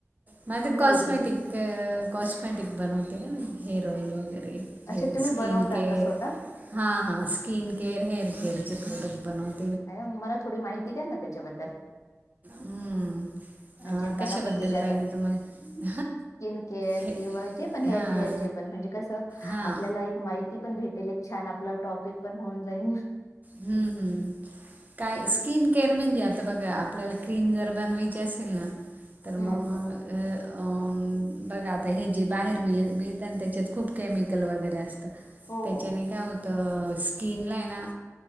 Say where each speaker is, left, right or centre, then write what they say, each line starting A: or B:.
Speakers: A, on the right; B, on the left.
A: माझ
B: कोणता
A: कॉस्मेटिक
B: बिझनेस
A: कॉस्मेटिक बनवते ना मी हेअर ऑइल वगैरे हे
B: अच्छा तुम्ही
A: स्किन
B: बनवतात
A: केअर
B: का स्वतः?
A: हां skin care hair care product बनवत
B: अ मला थोडी माहिती द्या ना त्याच्याबद्दल
A: हम्म.
B: म्हणजे
A: अं,
B: मला
A: कशाबद्दल
B: पण विचार
A: पाहिजे
B: कर
A: तुम्हाला
B: स्किन केअर
A: हे
B: किंवा जे पण हेअर
A: हां
B: केअरचे पण म्हणजे कसं
A: हां
B: आपल्याला एक माहिती पण भेट ले छान आपलं टॉपिक पण होऊन जाईन.
A: हम्, हम् काय स्किन केअर म्हणजे आता बघा आपल्याला क्रीम जर बनवायची असेल ना तर
B: हम्म
A: म अ बघा आता हे जे बाहेर मिळ मिळतन त्याच्यात खूप केमिकल वगैरे अस
B: हो
A: त्याच्याने
B: हो
A: काय होतं स्किनला हेना